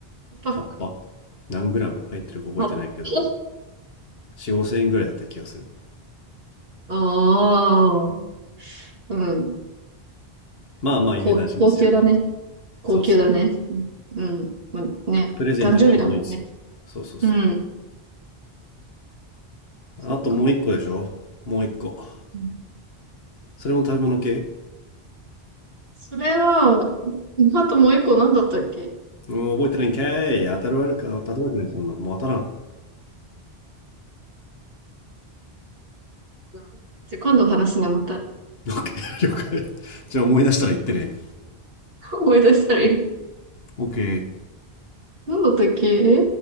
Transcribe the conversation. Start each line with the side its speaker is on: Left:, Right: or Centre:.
Right: う。パッカ。
Left: 葉っぱ何グラム入ってるか覚えてないけど
Right: あ <laughs>
Left: 4 5千円ぐらいだった気がする
Right: ああ。うん。
Left: まあまあいい値段しますよね
Right: 高、高級だね。高級だね。
Left: そうっすね
Right: うん。うんまね。
Left: プレゼントにちょうどいいんですよそうそうそ
Right: 誕生日だもんね。うん。そうか。
Left: うあともう一個でしょもう一個
Right: うん、
Left: それも食べ物系
Right: それは、あともう一個何だったっけ、
Left: もう覚えてないんかい。当たるわるか当たるわけない、そんな。もう当たらん。オ
Right: うん、じゃ、今度話すね、また。
Left: ッケー、了解。じゃあ思い出したら言ってね。
Right: <laughs> 思い出したらいい。
Left: オッケー。
Right: 何だったっけえ